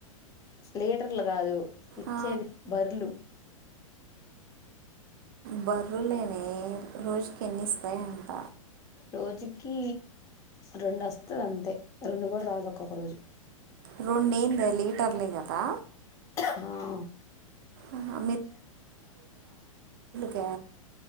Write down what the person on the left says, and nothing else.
లీటర్లు కాదు ఇచ్చేది
బర్లు
రోజుకి రెండు వస్తది అంతే రెండు కూడా రాదు ఒక్కొక రోజు
ఆ